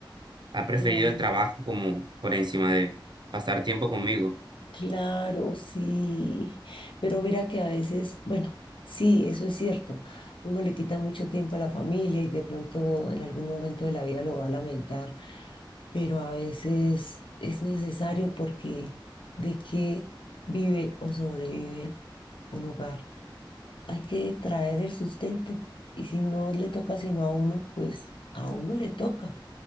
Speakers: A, on the right; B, on the left.
A: ha preferido
B: claro.
A: el trabajo como por encima de pasar tiempo conmigo.
B: Claro, sí, pero mira que a veces, bueno, sí, eso es cierto, uno le quita mucho tiempo a la familia y de pronto en algún momento de la vida lo va a lamentar, pero a veces es necesario porque de qué vive o sobrevive un hogar hay que traer el sustento. Y si no le toca sino a uno, pues a uno le toca